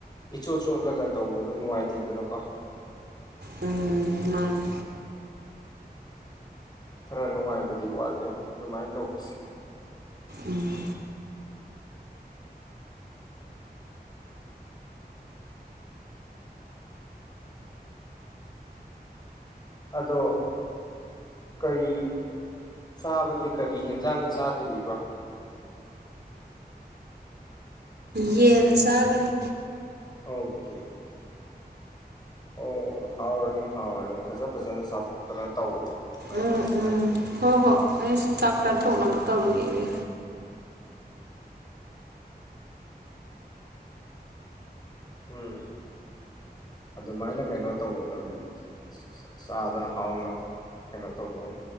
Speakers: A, on the left; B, on the right.
A: ꯏꯆꯣꯠ ꯆꯣꯠꯂꯒ ꯇꯧꯕꯗꯣ ꯅꯨꯡꯉꯥꯏꯇꯦꯗꯅꯀꯣ
B: ꯎꯝ ꯃꯥꯅꯦ
A: ꯈꯔ ꯅꯨꯡꯉꯥꯏꯕꯗꯤ ꯋꯥꯠꯂꯦꯕ ꯑꯗꯨꯃꯥꯏꯅ ꯇꯧꯕꯁꯦ
B: ꯎꯝ
A: ꯑꯗꯣ ꯀꯔꯤ ꯆꯥꯕꯗꯤ ꯀꯔꯤ ꯍꯦꯟꯖꯥꯡ ꯆꯥꯗꯣꯔꯤꯕ꯭ꯔꯥ
B: ꯌꯦꯟ ꯆꯥꯒꯅꯤ
A: ꯑꯣꯀꯦ ꯑꯣꯀꯦ ꯑꯣ ꯍꯥꯎꯔꯅꯤ ꯍꯥꯎꯔꯅꯤ ꯐꯖ ꯐꯖꯅ ꯆꯥꯊꯣꯛꯇꯅ ꯇꯧ ꯑꯗꯨꯃꯥꯏꯅ
B: ꯎꯝ
A: ꯍꯥꯏꯇꯥꯔꯦ
B: ꯎꯝ ꯍꯣꯏ ꯍꯣ ꯑꯩꯁꯨ ꯆꯥꯛ ꯆꯥꯊꯣꯛꯅꯕ ꯇꯧꯒꯒ
A: ꯎꯝ ꯑꯗꯨꯃꯥꯏꯅ ꯀꯩꯅꯣ ꯇꯧꯒꯗꯕꯅꯤ ꯆꯥꯗꯅ ꯍꯥꯎꯅ ꯀꯩꯅꯣ ꯇꯧꯗꯧꯅꯤ